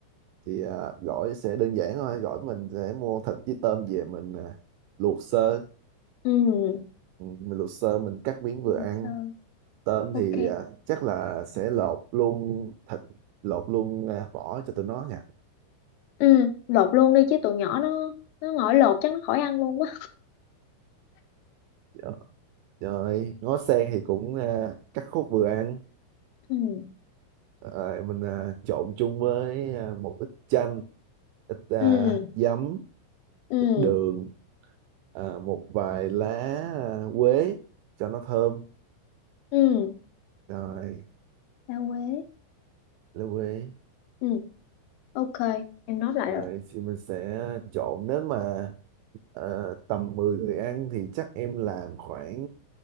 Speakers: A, on the right; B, on the left.
A: thì à, gỏi sẽ đơn giản thôi gỏi mình sẽ mua thịt với tôm về mình à, luộc sơ
B: ừ
A: Ừ, mình luộc sơ mình cắt miếng
B: được
A: vừa ăn
B: rồi
A: tôm
B: ok
A: thì à, chắc là sẽ lột luôn thịt lột luôn à, vỏ cho tụi nó nha
B: ừ lột luôn đi chứ tụi nhỏ nó nó ngồi lột chắc nó khỏi ăn luôn quá
A: Dạ, rồi ngó sen thì cũng à, cắt khúc vừa ăn
B: ừ
A: Ờ, mình à, trộn chung với à, một ít chanh ít à,
B: ừ
A: giấm
B: ừ
A: ít đường à, một vài lá à, quế cho nó thơm
B: ừ
A: rồi
B: rau quế
A: lá quế
B: ừ ok em nói lại
A: rồi
B: rồi
A: thì mình sẽ trộn nếu mà à, tầm 10 người ăn thì chắc em làm khoảng